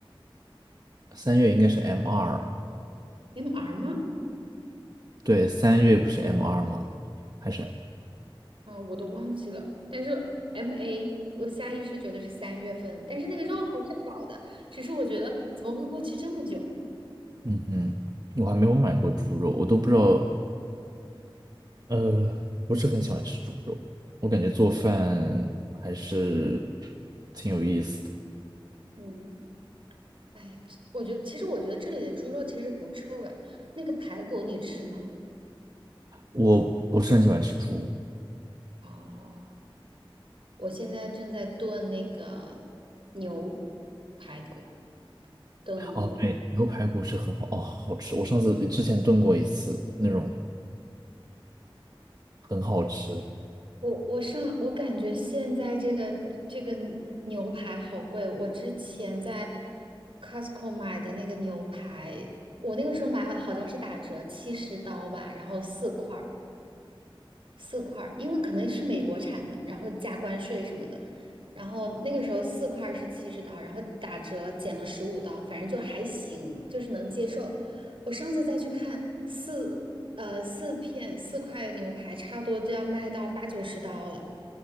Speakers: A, on the right (about 45°); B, on the right (about 70°).
A: 三月应该是 M 二，
B: ，MR 吗？
A: 对，三月不是 M 二吗？还是，
B: 啊、我都忘记了。但是 MA 我下意识觉得是三月份，但是那个肉还是好的，只是我觉得怎么会过期这么久？
A: 嗯哼，我还没有买过猪肉，我都不知道呃，不是很喜欢吃猪肉，我感觉做饭还是挺有意思的。
B: 嗯，哎，这我觉得其实我觉得这里的猪肉其实不臭哎，那个排骨你吃吗？
A: 我不是很喜欢吃猪。
B: 哦，我现在正在炖那个牛排骨，炖。牛。
A: 哦，对，牛排骨是很好，哦，好吃。我上次之前炖过一次，那种很好吃。
B: 我我上我感觉现在这个这个牛排好贵，我之前在 Costco 买的那个牛排，我那个时候买好像是打折七十刀吧，然后四块儿四块儿因为可能是美国产的，然后加关税什么的，然后那个时候四块儿是七十刀，然后打折减了十五刀，反正就还行，就是能接受。我上次再去看四呃四片四块牛排，差不多都要卖到八九十刀了。